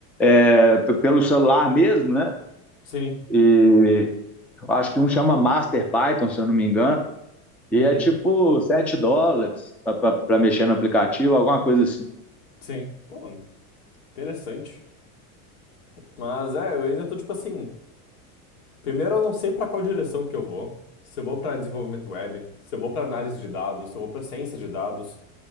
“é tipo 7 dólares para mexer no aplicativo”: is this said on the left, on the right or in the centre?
Centre